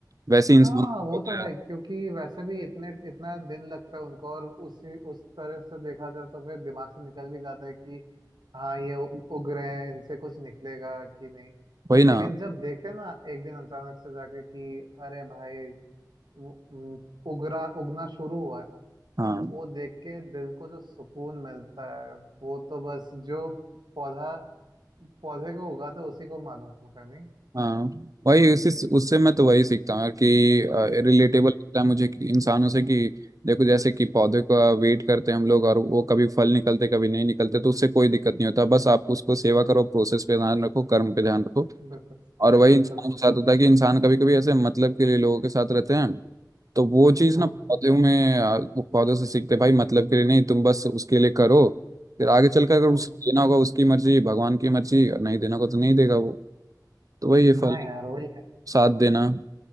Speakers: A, on the right; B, on the right.
A: वैसे ही
B: हाँ
A: इंसान को
B: वो
A: होता
B: तो है
A: है।
B: क्योंकि वैसे भी इतने इतना दिन लगता है उनको और उसी उस तरह से देखा जाए तो फिर दिमाग से निकल भी जाता है कि हाँ ये उ- उग रहे हैं इनसे कुछ निकलेगा कि नहीं
A: वही ना
B: लेकिन जब देखते हैं ना एक दिन अचानक से जाके कि अरे भाई वो- उम, उगरा उगना शुरू हुआ है
A: हाँ
B: वो देख के दिल को जो सुकून मिलता है वो तो बस जो पौधा पौधे को उगाता है उसी को मालूम होता है नहीं
A: हाँ वही उसी उससे मैं तो वही सीखता हूँ यार कि रिलेटेबल
B: जी
A: लगता है मुझे कि इंसानों से कि देखो जैसे कि पौधे का वेट करते हैं हम लोग और वो कभी फल निकलते कभी नहीं निकलते तो उससे कोई दिक्कत नहीं होता बस आप उसको सेवा करो प्रोसेस पे ध्यान रखो कर्म पे ध्यान रखो
B: बिल्कुल
A: और वही
B: बिल्कुल
A: इंसान के साथ होता है कि इंसान कभी कभी ऐसे मतलब के लिए लोगों के साथ रहते हैं तो वो चीज़
B: हम्म
A: ना पौधों में आ, वो पौधों से सीखते हैं, भाई मतलब के लिए नहीं तुम बस उसके लिए करो फिर आगे चलकर अगर
B: हम्म
A: उसे देना होगा उसकी मर्जी भगवान की मर्जी और नहीं देना होगा तो नहीं देगा वो तो वही है
B: हाँ
A: फल
B: यार वही है
A: साथ देना